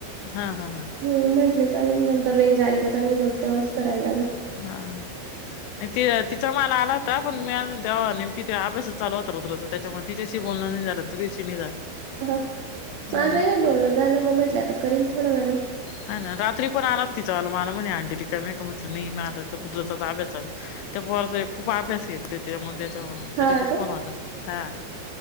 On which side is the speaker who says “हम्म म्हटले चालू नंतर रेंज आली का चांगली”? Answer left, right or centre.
Right